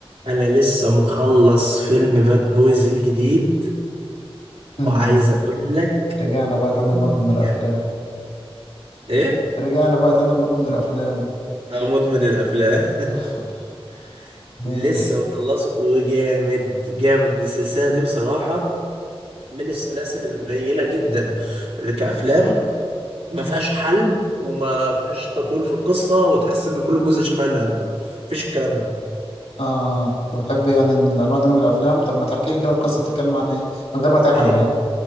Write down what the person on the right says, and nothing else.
انا لسه مخلص فيلم باد بويز الجديد
وعايز اقول لك
جامد.
ايه
أنا مدمن الافلام
<laughs>
لسه مخلصه وجامد جامد السلسله دي بصراحه من السلاسل القليله جدا اللي كافلام ما فيهاش حلب وما فيهاش تطويل في القصه وتحس ان كل جزء شبه اللي قبله مفيش الكلام ده
هي